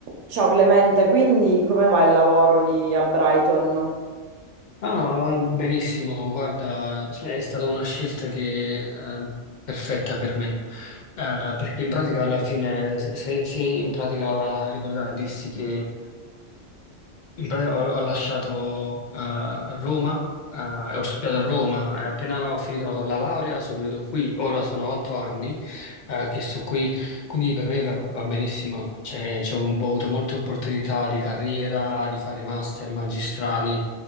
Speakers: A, on the right; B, on the left.
A: Ciao Clemente, quindi come va il lavoro lì a Brighton?
B: No, no, va benissimo, guarda, cioè, è stata una scelta che eh, perfetta per me, Eh, perché in pratica alla fine, se, se in pratica va a ricordare, dissi che eh, in pratica ho, ho lasciato eh, Roma, eh, ho studiato a Roma, e appena ho finito la laurea sono venuto qui, ora sono otto anni eh, che sto qui quindi per me va, va benissimo, cioè, c'ho un- ho avuto molte opportunità di carriera, di fare master, magistrali,